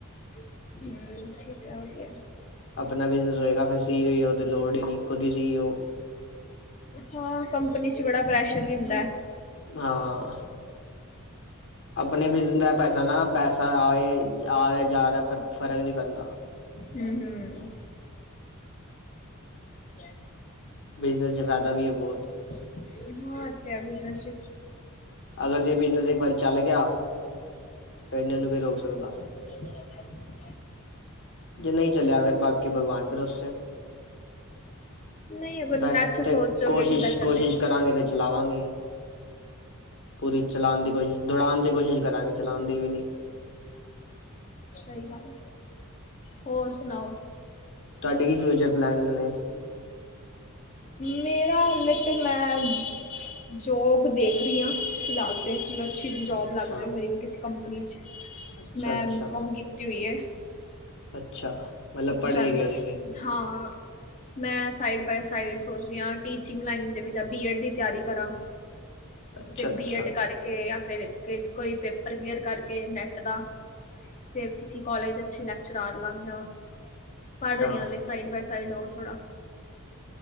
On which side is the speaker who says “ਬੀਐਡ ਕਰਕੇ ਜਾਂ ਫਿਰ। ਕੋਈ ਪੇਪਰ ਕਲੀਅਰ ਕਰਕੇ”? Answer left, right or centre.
Left